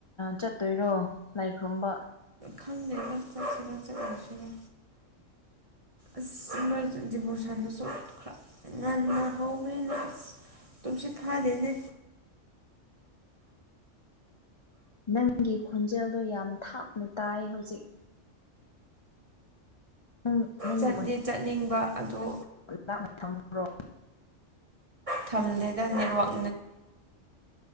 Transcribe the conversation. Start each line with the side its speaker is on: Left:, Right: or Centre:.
Left: ꯆꯠꯇꯣꯏꯔꯣ ꯂꯥꯏ ꯈꯨꯔꯨꯝꯕ
Right: ꯈꯪꯅꯕ ꯆꯠꯁꯤꯔ ꯆꯠ ꯑꯣꯁꯤꯔꯦ ꯑꯁ ꯃꯣꯏ ꯗꯤꯕꯣꯔꯁꯟꯗꯁꯨꯔ ꯉꯟꯅ ꯍꯧꯕꯅꯤꯅ ꯑ ꯇꯨꯨꯝꯁꯤ ꯈꯥꯗꯅꯦ
Left: ꯅꯪꯒꯤ ꯈꯣꯟꯖꯦꯜꯗꯣ ꯌꯥꯝ ꯊꯥꯞꯅ ꯇꯥꯏ ꯍꯧꯖꯤꯛ ꯅꯪ ꯅꯪꯒꯤ
Right: ꯆꯠꯇꯤ
Left: ꯐꯣꯟ
Right: ꯆꯠꯅꯤꯡꯕ ꯑꯗꯨ
Left: ꯂꯥꯛꯅ ꯊꯝꯃ꯭ꯔꯣ
Right: ꯊꯝꯗꯦꯗ ꯅꯦꯠꯋꯥꯛ